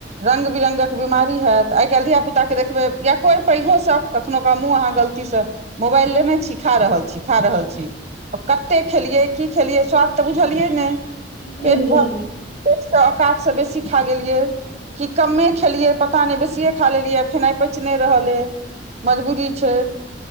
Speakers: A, on the right (about 40°); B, on the left (about 25°).
A: रङ्ग बिरङ्गक बिमारी होयैत आइ काल्हि धियियाापुताकेँ देखबै या कोइ पैघोसभ कखनो क देखबइ अहाँ गलतीसँ मोबाइल लेने छी खा रहल छी खा रहल छी कतेक खेलियै की खेलियै स्वाद तऽ बुझलियै नहि
B: किछु नहि
A: पेट
B: बुझलियै
A: भर पेटसे औकातसँ बेसी खा गेलियै कि कमे
B: बस
A: खेलियै पता नहि बेसिए खा लेलियै फेना आइ पैच नहि रहलै मबूरी छै